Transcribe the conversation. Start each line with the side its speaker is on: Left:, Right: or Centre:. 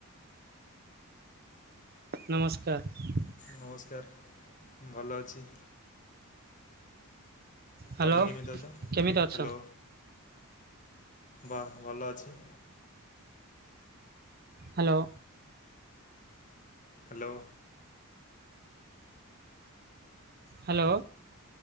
Right: ନମସ୍କାର।
Left: ନମସ୍କାର। ଭଲ ଅଛି।
Right: ହ୍ୟାଲୋ
Left: ତମେ କେମିତି ଅଛ
Right: କେମିତି ଅଛ
Left: ହାଲୋ ବୋହୁତ ଭଲ ଅଛି।
Right: Hello
Left: hello.
Right: ହାଲୋ